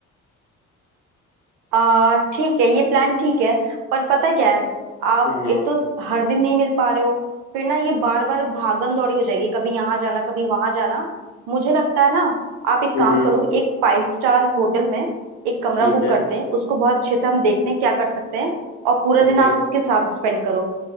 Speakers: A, on the right; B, on the left.
A: आ ठीक है ये प्लान ठीक है पर पता है क्या है आप
B: हाँ हाँ
A: एक तो हर दिन नहीं मिल पा रहे हो फिर ना ये बार बार भागम दौड़ी हो जाएगी कभी यहाँ जाना कभी वहां जाना मुझे लगता है ना आप एक
B: हम्म
A: काम
B: हम्म,
A: करो एक फाइव स्टार होटल में एक कमरा
B: ठीक
A: बुक
B: है
A: करते हैं उसको बहुत अच्छे से हम देखते हैं क्या कर सकते हैं और पूरा
B: ओके
A: दिन आप उसके साथ स्पेंड करो